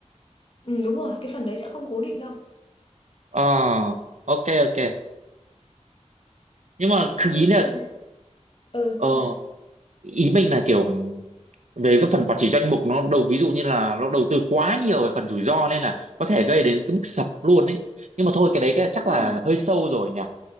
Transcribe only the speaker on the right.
ờ ok ok nhưng mà cứ
ý là
ờ
ý mình là kiểu về cái phần quản trị danh mục nó đầu ví dụ như là nó đầu tư quá nhiều về phần rủi ro nên là có thể gây đến cái mức sập luôn ấy nhưng mà thôi cái đấy cái chắc
là hơi sâu rồi nhỉ